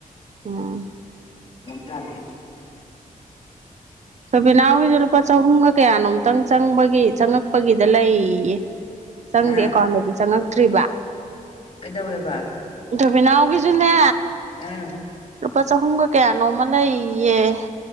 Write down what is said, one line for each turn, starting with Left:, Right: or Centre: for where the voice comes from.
Right: ꯑꯣ
Left: ꯇꯗꯦ
Right: ꯁꯣꯕꯤꯅꯥ ꯍꯣꯏꯁꯨ ꯂꯨꯄꯥ ꯆꯍꯨꯝꯒ ꯀꯌꯥꯅꯣꯝꯇꯪ ꯆꯪꯕꯒꯤ ꯆꯪꯉꯛꯄꯒꯤꯗ ꯂꯩꯌꯦ ꯆꯪꯗꯦ
Left: ꯑ
Right: ꯑꯦꯀꯥꯎꯟꯗꯗꯤ ꯆꯪꯉꯛꯇ꯭ꯔꯤꯕ
Left: ꯀꯩꯗꯧꯋꯦꯕ
Right: ꯕꯤꯅꯥꯎꯒꯤꯁꯨꯅꯦ
Left: ꯑꯪ
Right: ꯂꯨꯄꯥ ꯆꯍꯨꯝꯒ ꯀꯌꯥ ꯅꯣꯡꯃ ꯂꯩ